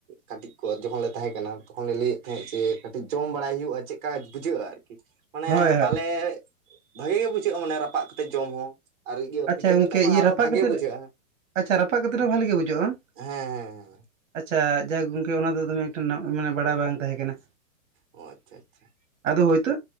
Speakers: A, on the right; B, on the right.
A: ᱠᱟᱹᱴᱤᱡ ᱠᱚ ᱡᱚᱠᱷᱚᱱ ᱞᱮ ᱛᱟᱦᱮᱸ ᱠᱟᱱᱟ᱾ ᱛᱚᱠᱷᱚᱱ ᱞᱮ ᱞᱟᱹᱭ ᱮᱫ ᱛᱟᱦᱮᱸ ᱡᱮ ᱠᱟᱹᱴᱤᱡ ᱡᱚᱢ ᱵᱟᱲᱟᱭ ᱦᱳᱭᱳᱜᱼᱟ᱾ ᱪᱮᱫ ᱠᱟ ᱵᱩᱡᱷᱟᱹᱜᱼᱟ᱾ ᱠᱤ, ᱢᱟᱱᱮ
B: ᱦᱳᱭ ᱦᱳᱭ
A: ᱛᱟᱞᱮ ᱵᱷᱟᱜᱮ ᱜᱮ ᱵᱩᱡᱷᱟᱹᱜᱼᱟ ᱢᱟᱱᱮ ᱨᱟᱯᱟᱜ ᱠᱟᱛᱮᱜ ᱡᱚᱢ ᱦᱚᱸ᱾ ᱟᱨ ᱤᱭᱟᱹ
B: ᱟᱪᱪᱷᱟ
A: ᱯᱤᱴᱷᱟᱹ
B: ᱜᱚᱝᱠᱮ
A: ᱠᱟᱛᱮ ᱮᱫ ᱢᱟ
B: ᱤᱭᱟᱹ
A: ᱟᱨᱦᱚ
B: ᱨᱟᱯᱟᱜ
A: ᱵᱷᱟᱜᱮ
B: ᱠᱟᱛᱮᱫ
A: ᱵᱩᱡᱷᱟᱹᱜᱼᱟ᱾
B: ᱟᱪᱪᱷᱟ, ᱨᱟᱯᱟᱜ ᱠᱟᱛᱮ ᱮᱫ ᱨᱮᱦᱚᱸ ᱵᱷᱟᱞᱮ ᱜᱮ ᱵᱩᱡᱩᱜᱼᱟ ᱵᱟᱝ?
A: ᱦᱮᱸ ᱦᱮᱸ
B: ᱟᱪᱪᱷᱟ ᱡᱟᱭᱦᱳ ᱜᱚᱝᱠᱮ, ᱚᱱᱟ ᱫᱚ ᱫᱚᱢᱮᱠ ᱢᱟᱱᱮ ᱵᱟᱲᱟᱭ ᱵᱟᱝ ᱛᱟᱦᱮᱸ ᱠᱟᱱᱟ᱾
A: ᱚ ᱟᱪᱪᱷᱟ ᱟᱪᱪᱷᱟ
B: ᱟᱫᱚ ᱦᱳᱭᱛᱳ